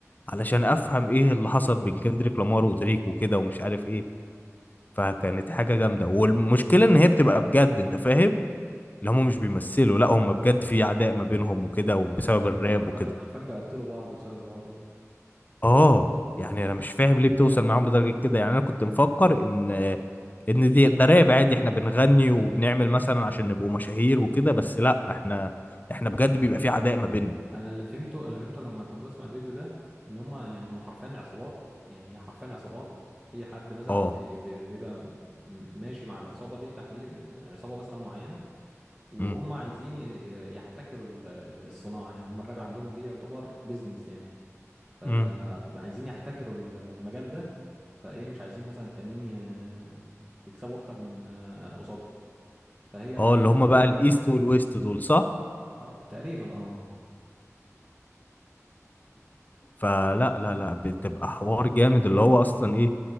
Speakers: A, on the left; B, on the right.
A: علشان افهم ايه اللي حصل بين كندريك لامار ودريك وكده ومش عارف ايه فكانت حاجة جامدة والمشكلة ان هي بتبقى بجد انت فاهم اللي هم مش بيمثلوا لا هم بجد في عداء ما بينهم وكده
B: آه.
A: وبسبب الراب
B: وحرفيا
A: وكده
B: حرفيا بيقتلوا بعض بسبب الحوار ده
A: اه يعني انا مش فاهم ليه بتوصل معاهم لدرجة كده يعني انا كنت مفكر ان ان دي ده راب عادي احنا بنغني وبنعمل مثلا عشان نبقوا مشاهير وكده بس لا احنا احنا بجد بيبقى في عداء ما بيننا
B: انا اللي فهمته انا اللي فهمته لما كنت بسمع الفيديو ده ان هم يعني هم حرفيا عصابات يعني هي حرفيا عصابات في حد مثلا
A: اه
B: بي- بي- بيبقى م- ماشي مع العصابه دي تحديد عصابه مثلا معينه وهم
A: امم
B: عايزين ي- ي- يحتكروا ال- ال- الصناعه يعني هم الراب عندهم دي يعتبر بيزنس يعني فعايزين
A: امم
B: يحتكروا ال- المجال ده فايه مش عايزين مثلا التانيين ي- يكسبوا اكتر من آه، قصادهم فهي بقى
A: اه اللي
B: ايه العداء
A: هم بقى
B: بتيجي
A: الايست
B: كده
A: والويست
B: يعني
A: دول صح
B: اه تقريبا اه
A: فلا لا لا بتبقى حوار جامد اللي هو اصلا ايه